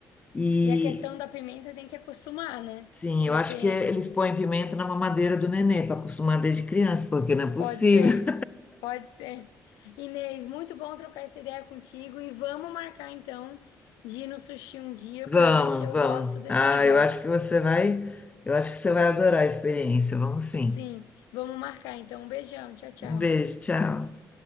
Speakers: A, on the left (about 20°); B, on the left (about 80°).
A: E,
B: E a questão da pimenta tem que acostumar, né?
A: Sim,
B: Porque
A: eu acho que eles põem pimenta na mamadeira do nenê para acostumar desde criança, porque não é possível.
B: pode ser, <laughs> pode ser. Inês, muito bom trocar essa ideia contigo e vamos marcar então de ir no sushi um dia
A: <laughs> Vamos,
B: para ver se eu
A: vamos.
B: gosto desse
A: Ah,
B: negócio.
A: eu acho que você vai, eu acho que você vai adorar a experiência. Vamos sim.
B: Sim, vamos marcar então. Um beijão, tchau, tchau.
A: Um beijo, tchau.